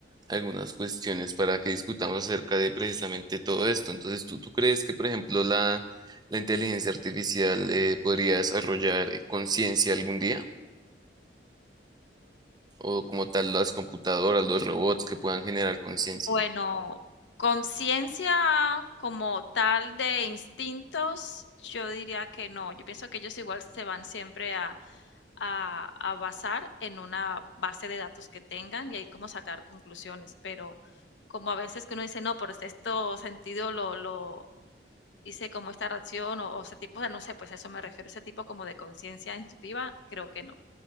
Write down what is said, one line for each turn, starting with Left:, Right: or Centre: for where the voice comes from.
Right: algunas cuestiones para que discutamos acerca de precisamente todo esto. Entonces, ¿tú, tú crees que, por ejemplo, la, la inteligencia artificial eh, podría desarrollar eh, conciencia algún día? o como tal las computadoras, los robots que puedan generar conciencia.
Left: Bueno, conciencia como tal de instintos, yo diría que no. Yo pienso que ellos igual se van siempre a, a, a basar en una base de datos que tengan y ahí como sacar conclusiones, pero como a veces que uno dice, no, por este esto sentido lo, lo hice como esta reacción o, o ese tipo de, no sé, pues a eso me refiero, ese tipo como de conciencia instintiva, creo que no.